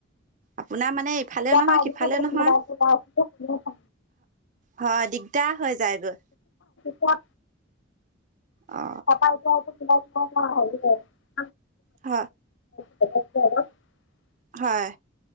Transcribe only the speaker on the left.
তেতিয়াৰ
পৰা এনেই বহি
মোবাইলটো চাই আছিলো
অ'। <inaudible>
<inaudible>